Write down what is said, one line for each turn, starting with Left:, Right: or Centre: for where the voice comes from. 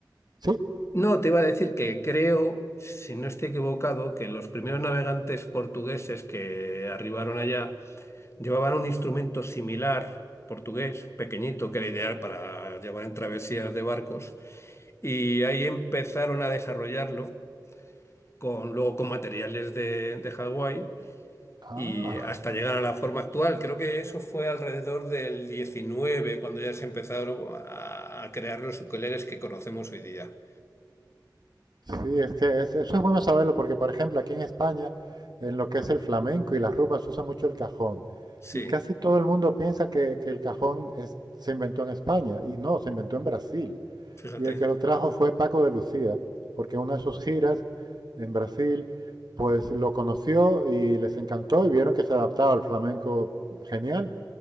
Right: Sí,
Left: no, te iba a decir que creo, si no estoy equivocado, que los primeros navegantes portugueses que arribaron allá Llevaban un instrumento similar, portugués, pequeñito, que era ideal para llevar en travesías de barcos. Y ahí empezaron a desarrollarlo con, luego con materiales de, de Hawái
Right: ah,
Left: y hasta llegar a la forma actual. Creo que eso fue alrededor del 19, cuando ya se empezaron a, a crear los ukuleles que conocemos hoy día.
Right: sí, es que es- eso es bueno saberlo porque, por ejemplo, aquí en España, en lo que es el flamenco y las rumbas, se usa mucho el cajón.
Left: Sí,
Right: Y casi todo el mundo piensa que, que el cajón es- se inventó en España, y no, se inventó en Brasil.
Left: fíjate,
Right: Y el que lo trajo fue Paco de Lucía, porque en una de sus giras en Brasil, pues lo conoció y les encantó y vieron que se adaptaba al flamenco genial.